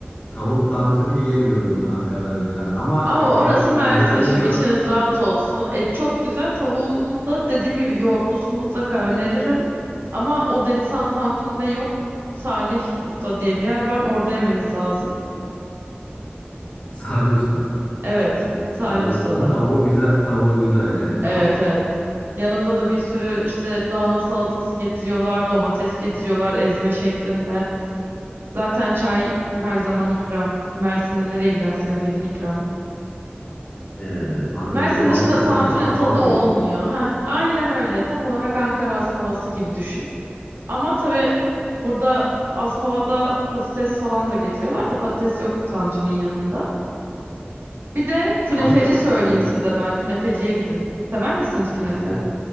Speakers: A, on the left; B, on the right.
A: tavuk tantuni yemiyorum kanka ben ya. Ama
B: Ama orası
A: e, et
B: Mersin.
A: güzel diyorsan
B: Şimdi içiniz rahat olsun. Et çok güzel. Tavuğunu da dediğim gibi yoğurtlusunu mutlaka öneririm. Ama o Deniz Tantuni'de yok. Salih Usta diye bir yer var. Orada yemeniz lazım.
A: Salih Usta.
B: Evet.
A: Bu
B: Salih
A: Salih
B: Usta'da.
A: Usta'nın tavuğu güzel, tavuğu güzel yani
B: Evet
A: tamam.
B: evet. Yanında da bir sürü işte lahana salatası getiriyorlar. Domates getiriyorlar ezme şeklinde. Zaten çay her zaman ikram. Mersin'de nereye giderseniz gidin ikram.
A: E, anladım.
B: Mersin
A: Bu
B: dışında
A: Ankara'daki
B: tantuni'nin
A: Aspava
B: tadı olmuyor.
A: gibi.
B: Heh, aynen öyle. Tam olarak Ankara Aspavası gibi düşün. Ama tabii burada Aspava'da patates falan da getiriyorlar da patates yok tantuni'nin yanında. Bir de künefeci
A: Kanka
B: söyleyeyim
A: bir de
B: size ben. Künefeciye gidin. Sever misiniz
A: künefe,
B: künefe?